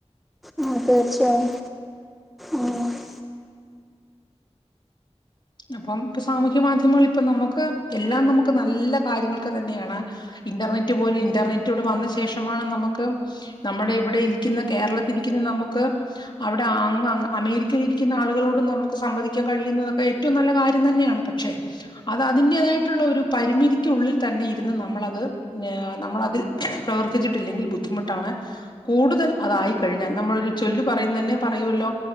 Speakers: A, in the centre; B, on the left.
A: ആഹ് തീർച്ചയായും ആഹ്
B: അപ്പം ഇപ്പൊ സാമൂഹ്യ മാധ്യമങ്ങ ഇപ്പ നമുക്ക് എല്ലാം നമുക്ക് നല്ല കാര്യങ്ങൾക്കു തന്നെയാണ് ഇന്റർനെറ്റ് പോലും ഇന്റർനെറ്റ് ഇവിടെ വന്ന ശേഷമാണ് നമുക്ക് നമ്മുടെ ഇവിടെയി രിക്കുന്ന കേരളത്തിലിരിക്കുന്ന നമ്മക്ക് അവിടെ അങ്ങ് അമേരിക്കയിലിരിക്കുന്ന ആളുകളോട് നമുക്ക് സംവാദിക്കാൻ കഴിയുന്നതൊക്കെ ഏറ്റവും നല്ല കാര്യം തന്നെയാണ് പക്ഷേ അത് അതിന്റേതായിട്ടുള്ള ഒരു പരിമിതിക്കുള്ളിൽ തന്നെ ഇരുന്ന് നമ്മളത് നമ്മളതിൽ പ്രവർത്തിച്ചിട്ടില്ലെങ്കിൽ ബുദ്ധിമുട്ടാണ് കൂടുതൽ അതായി കഴിഞ്ഞാൽ നമ്മളൊരു ചൊല്ലു പറയുന്ന തന്നെ പറയൂല്ലോ